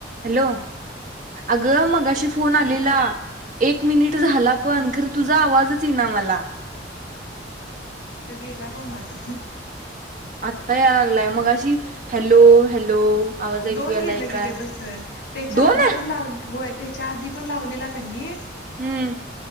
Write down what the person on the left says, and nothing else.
हा बोल
हम्म
तुघ लाभ माात
दोन
गेलं
क ग तस त्याच्या
आधी पण लाव हो त्याच्या आधी पण लावलेला काणी